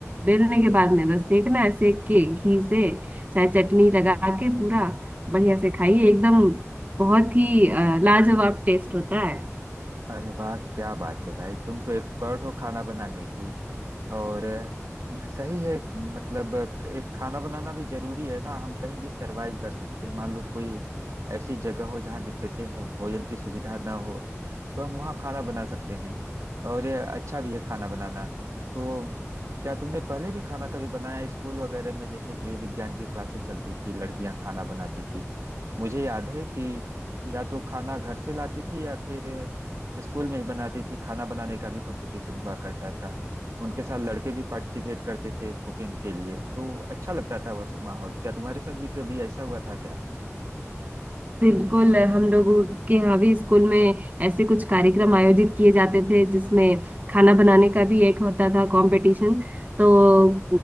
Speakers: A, on the right; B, on the right.
A: बेलने के बाद में बस सेकना है सेक के घी से चाहे चटनी लगा के पूरा बढ़िया से खाइए एकदम बहुत ही अ, लाजवाब टेस्ट होता है
B: अरे वाह क्या बात है भाई तुम तो एक्सपर्ट हो खाना बनाने की और अ, सही है मतलब ख- एक खाना बनाना भी जरूरी है ना हम कहीं भी सरवाइव कर सकते हैं मान लो कोई ऐसी जगह हो जहाँ दिक्कतें हो भोजन की सुविधा ना हो तो हम वहाँ खाना बना सकते हैं और ये अच्छा भी है खाना बनाना तो क्या तुमने पहले भी खाना कभी बनाया है? स्कूल वगैरह में जैसे गृह विज्ञान की क्लासेस चलती थी लड़कियां खाना बनाती थी मुझे याद है कि या तो खाना घर से लाती थी या फिर स्कूल में ही बनाती थी खाना बनाने का भी कंपटीशन हुआ करता था उनके साथ लड़के भी पार्टिसिपेट करते थे कुकिंग के लिए तो अच्छा लगता था वह सब माहौल क्या तुम्हारे साथ भी कभी ऐसा हुआ था क्या
A: बिल्कुल हम लोगों के यहाँ भी स्कूल में ऐसे कुछ कार्यक्रम आयोजित किए जाते थे जिसमें खाना बनाने का भी एक होता था कंपटीशन तो